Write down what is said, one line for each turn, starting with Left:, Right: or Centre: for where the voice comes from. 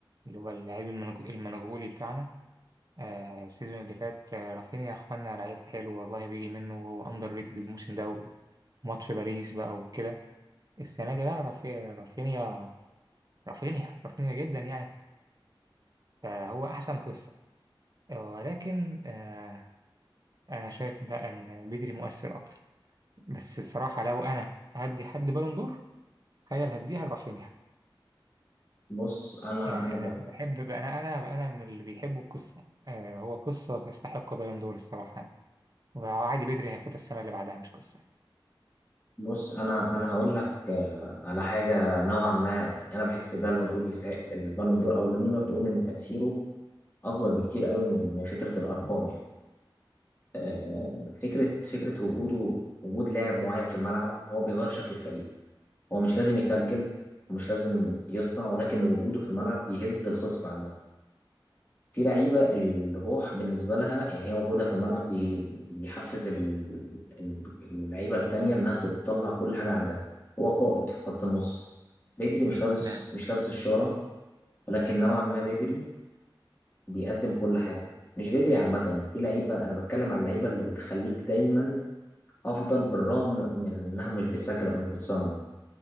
Right: اللي هو اللعيب المنغ- المنغولي بتاعنا آه، السيزون اللي فات آه، رافينيا يا إخوانا لعيب حلو والله بيجي منه وهو أندر ريتد الموسم ده وماتش باريس بقى وكده السنة دي لا رافي- رافينيا رافينيا رافينيا جدا يعني فهو أحسن قصة ولكن آه، أنا شايف لا إن بدري مؤثر أكتر بس الصراحة لو أنا هدي حد بالون دور تخيل هديها لرافينيا
Left: بص انا
Right: يعني
Left: انا ب...
Right: انا بحب انا انا انا من اللي بيحبوا القصه آه هو قصه تستحق بالون دور الصراحه وعادي بدري هياخدها السنه اللي بعدها مش قصه
Left: بص انا انا هقول لك آه، على حاجه نوعا ما يعني انا بحس ده اللي المفروض يستحق البالون دور او اللي نقدر نقول ان تاثيره اكبر بكتير قوي من من فكره الارقام يعني آه، فكره فكره وجوده وجود لاعب معين في الملعب هو بيغير شكل الفريق هو مش لازم يسجل ومش لازم يصنع ولكن وجوده في الملعب بيهز الخصم عامه في لعيبة الروح بالنسبة لها يعني هي وجودها في الملعب بي- بيحفز ال- ال- اللعيبة التانية إنها تطلع كل حاجة عندها هو قائد في خط النص بدري مش لابس
Right: مم.
Left: مش لابس الشارة ولكن نوعا ما بدري بيقدم كل حاجة مش بدري عامة في لعيبة أنا بتكلم على اللعيبة اللي بتخليك دايما أفضل بالرغم من إنها مش بتسجل أو مش بتصنع